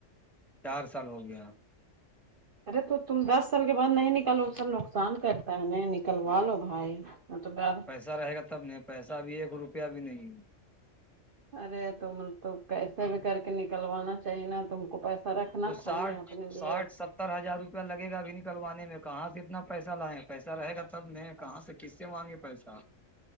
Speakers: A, in the centre; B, on the right (about 50°).
A: چار سال ہو گیا
B: ارے تو تم دس سال کے بعد نہیں نکالو سب نقصان کرتا ہے انہک نکلوا لو بھائی میں تو بد
A: ایسا رہے گا تب نہیں پیسہ بھی ایک روپیہ بھی نہیں
B: ارے تم تو کیسے بھی کر کے نکلوانا چاہی نا تم کو پیسہ رکھنا
A: تو ساٹھ
B: تھا نہیں اپنے لیے
A: ساٹھ ستر ہزار روپیہ لگے گا اھی نکلوانے میں کہاں سے اتنا پیسہ لائےیں پیسہ رہ گا تب نہیں کہاں سے کس سے مانگے پیسہ